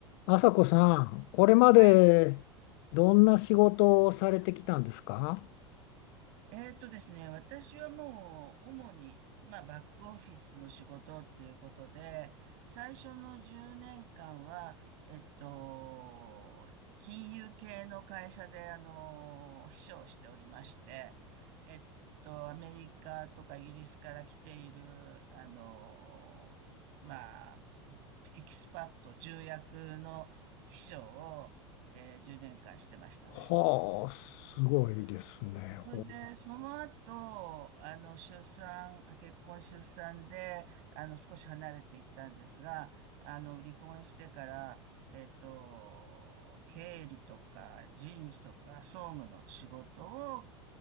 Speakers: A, on the left; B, on the right.
A: 朝子さん、これまでどんな仕事をされてきたんですか
B: はい。えーとですね、私はもう主に、まあ、バックオフィスの仕事っていうことで、最初の10年間は、えっと、金融系の会社で、あの、秘書をしておりまして、えっと、アメリカとかイギリスから来ている、あの、まあ、エキスパット、重役の秘書を、えー10年間してましたね。
A: はあ、すごいですね。
B: それで、
A: ほう。
B: その後、あの、出産、結婚出産で、あの、少し離れていったんですが、あの、離婚してから、えっと、経理とか人事とか総務の仕事を